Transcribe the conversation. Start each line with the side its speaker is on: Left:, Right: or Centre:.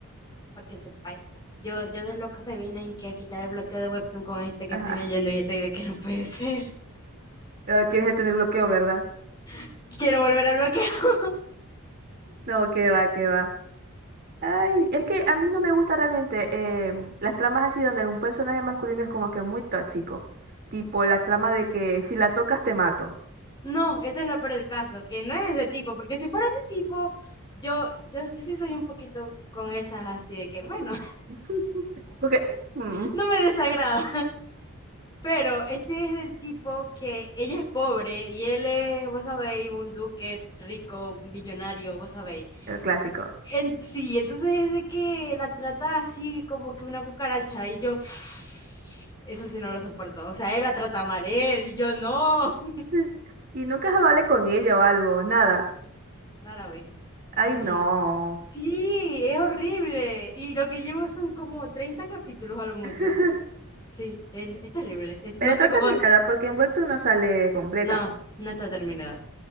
Left: para que sepáis. Yo, yo de loca me vine en que a quitar el bloqueo de Webtoon con este que
Right: Ajá.
Left: estoy leyendo y estoy de que no puede ser.
Right: Ahora quieres tener bloqueo, ¿verdad?
Left: <laughs> Quiero volver a bloquear. <laughs>
Right: No, que va, que va. Ay, es que a mí no me gusta realmente eh, las tramas así donde un personaje masculino es como que muy tóxico. Tipo la trama de que si la tocas te mato.
Left: No, eso es lo peor del caso, que no es ese tipo, porque si fuera ese tipo, yo, yo, yo sí soy un poquito con esas así de que, bueno,
Right: <laughs> Porque, mm,
Left: <laughs> no me desagrada. Pero este es del tipo que ella es pobre y él es, vos sabéis, un duque rico, millonario, vos sabéis.
Right: el clásico.
Left: En- sí, entonces es de que la trata así como que una cucaracha y yo, <sniffs> <sighs> eso sí no lo soporto. O sea, él la trata mal, él y yo no. <laughs>
Right: <laughs> Y nunca se vale con ella o algo, nada.
Left: Rara vez.
Right: Ay,
Left: Es mal.
Right: no.
Left: Sí, es horrible. Y lo que llevo son como 30 capítulos a lo mucho.
Right: <laughs>
Left: Sí, es, es terrible. Es-
Right: Pero
Left: no
Right: está
Left: sé
Right: terminada
Left: cómo...
Right: porque en Webtoon no sale completa.
Left: No, no está terminado.